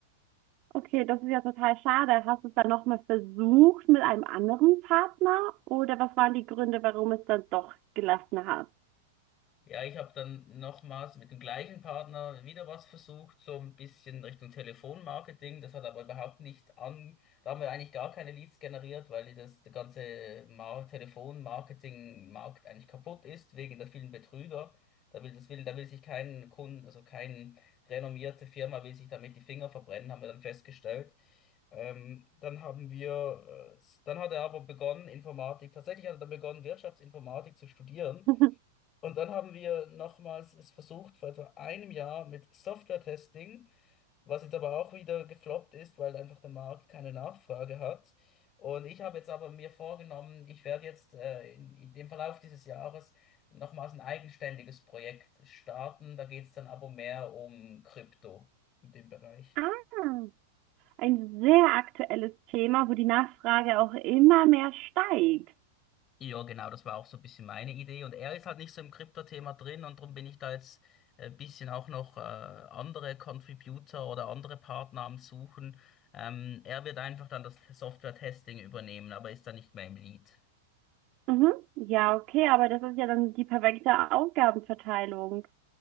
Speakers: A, on the right; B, on the left.
A: Okay, das ist ja total schade. Hast du es dann nochmal versucht mit einem anderen Partner? Oder was waren die Gründe, warum es dann doch gelassen hast?
B: Ja, ich habe dann nochmals mit dem gleichen Partner wieder was versucht, so ein bisschen Richtung Telefonmarketing. Das hat aber überhaupt nicht an. Da haben wir eigentlich gar keine Leads generiert, weil das, der ganze Mar Telefonmarketing-Markt eigentlich kaputt ist wegen der vielen Betrüger. Da will das will, da will sich kein Kunden, also kein renommierte Firma will sich damit die Finger verbrennen, haben wir dann festgestellt. Ähm, dann haben wir, äh, s- dann hat er aber begonnen, Informatik, tatsächlich hat er dann begonnen, Wirtschaftsinformatik zu studieren.
A: <laughs>
B: Und dann haben wir nochmals es versucht, vor etwa einem Jahr mit Software-Testing, was jetzt aber auch wieder gefloppt ist, weil einfach der Markt keine Nachfrage hat. Und ich habe jetzt aber mir vorgenommen, ich werde jetzt äh, in, in dem Verlauf dieses Jahres nochmals ein eigenständiges Projekt starten. Da geht es dann aber mehr um Krypto in dem Bereich.
A: Ah, ein sehr aktuelles Thema, wo die Nachfrage auch immer mehr steigt.
B: Ja, genau, das war auch so ein bisschen meine Idee. Und er ist halt nicht so im Krypto-Thema drin und darum bin ich da jetzt äh, ein bisschen auch noch äh, andere Contributor oder andere Partner am Suchen. Ähm, er wird einfach dann das Software-Testing übernehmen, aber ist da nicht mehr im Lead.
A: Mhm. Ja, okay, aber das ist ja dann die perfekte Aufgabenverteilung.